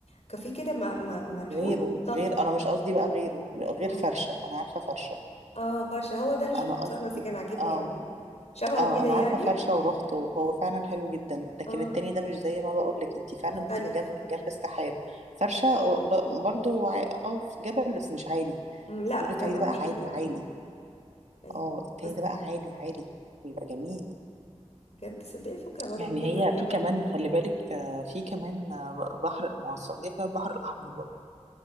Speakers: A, on the left; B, on the right.
A: كان في كده م- م- منحوت
B: غيره
A: بالطخ
B: غير انا مش قصدي بقى غيره غير
A: اه
B: فرشه انا عارفه فرشه
A: اه فرشه هو ده اللي شفته
B: انا قصدي
A: بصراحه بس كان عاجبني
B: اه
A: قوي شبهه
B: اه
A: كده
B: انا
A: يعني
B: عارفه فرشه ورحت وهو فعلا حلو جدا لكن
A: اه
B: التاني ده مش زي ما بقول لك انت فعلا
A: مختلف
B: بتبقي جنب جنب السحاب فرشه و- ب- برضه هو عا- اه في جبل بس مش عالي
A: مم، لا
B: يقول
A: بتاع
B: لك عليه
A: ده
B: ده بقى
A: مش
B: عالي
A: عالي قوي
B: عالي
A: يعني ايوه
B: اه التاني
A: بس
B: ده بقى عالي عالي بيبقى جميل
A: بجد صدقي فكره برضو
B: يعني
A: ممكن الواحد
B: هي
A: يجرب
B: في كمان خلي بالك آه، في كمان آه، بحر ما هو السعوديه فيها البحر الاحمر برضه